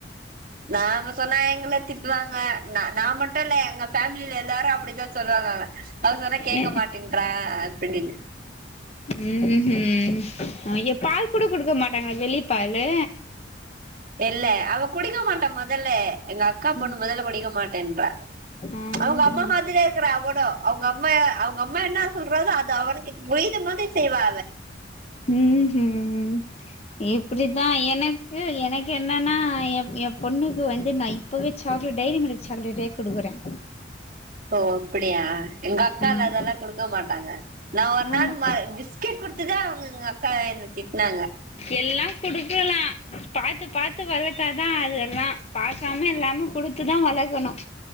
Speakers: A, on the right (about 45°); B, on the left (about 35°).
A: நாங்க சொனா எங்க திட்டுவாங்க நா நா மட்டும் இல்ல எங்க ஃபேமி ல எல்லாரும் அப்படிதான் சொல்றங்கானங்க அவ சொன்ன கேட்க
B: ஏ
A: மாட்டேங்கறா அப்டினு
B: உம் உம் இங்க பால் கூட கொடுக்க மாட்டேன் ங்க வெளி பால்லு
A: இல்ல அவ குடிக்க மாட்டான் மொதல்ல எங்க அக்கா பொண்ணு
B: ம்
A: மொதல்ல குடிக்க மாட்டேன்ற
B: ஆஹ
A: அவங்க அம்மா மாதிரியே இருக்கற அவடும் அவுங்க அம்மா அவங்க அம்மா என்ன சொ ல்றாலோ அது அவ புரியுத மாதிரி செய்வா
B: உம் ஹும் இப்டித்தான் எனக்கு எனக் க்கு என்னன்னா என் என் பொண்ணுக்கு வந்து நான் இப்பவே சாக்லேட் டைரி மில்க் சாக்லேட்டே கொடுக்குறேன்
A: ஓ அப்படியா எங்க அக்கால
B: ஆமா
A: அதெல்லாம் குடுக்க மாட்டாங்க ஒரு
B: ஆமா
A: நாள் ம பிஸ்கெட் குடுத்ததே அவங்கங்க அக்கா என்ன திட்டுனாங்க
B: எல்லா குடுக்கலா பாத்து பாத்து வளத்தாதான் அது எல்லாம் பாக்காம எல்லாமே குடுத்துதான் வளக்கணும்